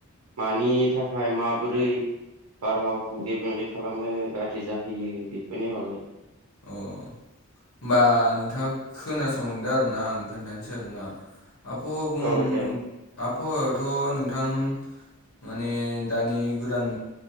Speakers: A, on the right; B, on the left.
A: मानि थाखाय मा बोलैं बारहावाखौ <unintelligible> खालामो गाज्रि जाहोयो बेफोरनि बागै
B: अ होमबा नोंथाङा खोनासंलांदो। आं खोनथानोसै आरोना। आबहावा बुं-
A: औ दे औ
B: आ आबहावा थ' नोंथां माने दानि गोदान